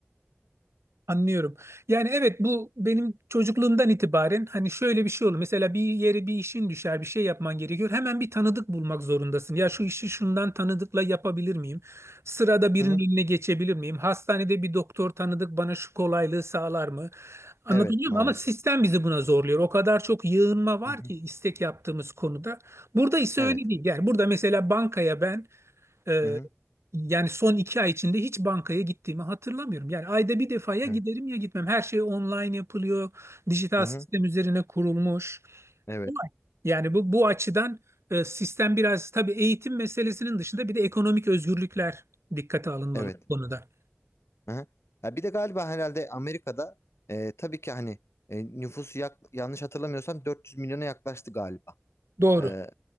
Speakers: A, on the right (about 80°); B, on the left (about 75°).
A: Anlıyorum. Yani evet bu benim çocukluğumdan itibaren hani şöyle bir şey olur. Mesela bir yere bir işin düşer, bir şey yapman gerekiyor. Hemen bir tanıdık bulmak zorundasın. Ya şu işi şundan tanıdıkla yapabilir miyim? Sırada birinin
B: Hı hı.
A: eline geçebilir miyim? Hastanede bir doktor tanıdık bana şu kolaylığı sağlar mı? Anlatabiliyor
B: Evet maalesef.
A: muyum? Ama sistem bizi buna zorluyor. O kadar çok yığınma var
B: Hı hı.
A: ki istek yaptığımız konuda. Burada ise
B: Evet.
A: öyle değil. Yani burada mesela bankaya ben ee,
B: Hı hı.
A: yani son iki ay içinde hiç bankaya gittiğimi hatırlamıyorum. Yani ayda bir defaya giderim
B: Evet.
A: ya gitmem. Her şey online yapılıyor. Dijital
B: Hı
A: sistem
B: hı.
A: üzerine kurulmuş.
B: Evet.
A: Kolay. Yani bu bu açıdan e, sistem biraz tabii eğitim meselesinin dışında bir de ekonomik özgürlükler dikkate alınmalı
B: Evet.
A: bu konuda.
B: Hı hı. Ya bir de galiba herhalde Amerika'da e, tabii ki hani e, nüfusu yak- yanlış hatırlamıyorsam 400 milyona yaklaştı galiba
A: Doğru.
B: e,